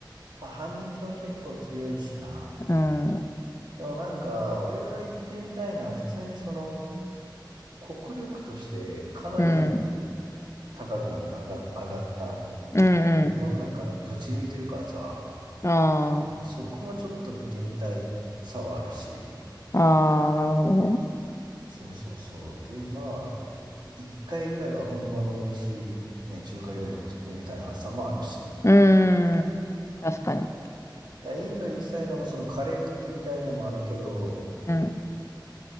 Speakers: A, on the right (about 65°); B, on the left (about 35°).
A: まあ、反日も結構強いしな。
B: うん。うん。
A: でもなんか、俺が行ってみたいのは、普通にその国力としてかなり
B: うん
A: 高くなった、上が、上がった。
B: う
A: 日本なんかもうぶち抜いてるからさ、
B: ん。あ
A: なんかもうそこもちょっと見てみたいさはあるし、
B: あ。ああ、なるほどね。
A: そうそうそう。で、まあ、一回ぐらいは本場の美味しい、ね、中華料理を食ってみたいさもあるし、
B: うん。確かに。
A: だからインド行きたいのも、そのカレー食ってみたいのもあるけど、
B: うん。